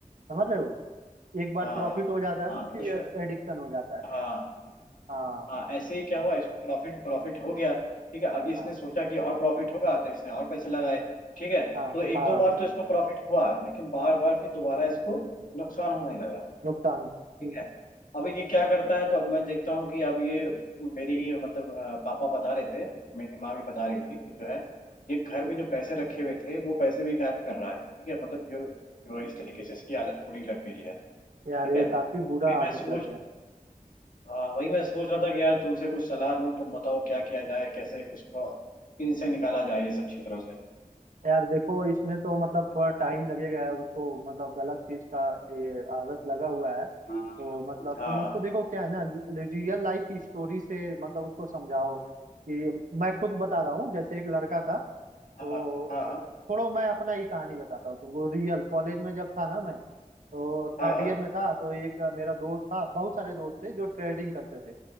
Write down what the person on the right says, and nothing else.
समझ रहे हो एक बार
प्रॉफिट
हो जाता है तो
फिर
एडिक्शन हो जाता है
हाँ
हाँ
हाँ
हाँ
नुकसान
हम्म,
यार
ये
काफी
बुरा आदत
लग गया
यार देखो इसमें तो मतलब थोड़ा टाइम लगेगा यार उसको मतलब गलत चीज का ये आदत लगा हुआ है तो
मतलब
तुम उसको देखो क्या है ना रियल लाइफ स्टोरी से मतलब उसको समझाओ कि मैं खुद बता रहा हूँ जैसे एक लड़का था तो
छोड़ो मैं अपना ही कहानी बताता हूँ तुमको रियल कॉलेज में जब था ना मैं तो
थर्ड ईयर
में था तो एक मेरा दोस्त था बहुत सारे दोस्त थे जो ट्रेडिंग करते थे